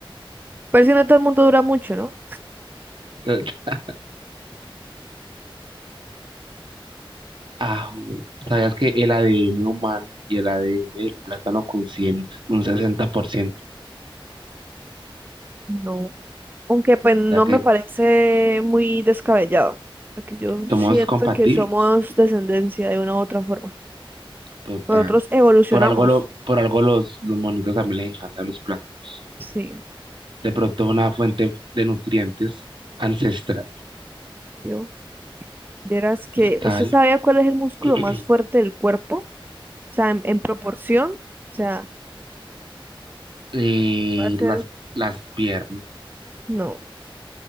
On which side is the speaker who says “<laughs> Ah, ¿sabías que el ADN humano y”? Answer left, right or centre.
Right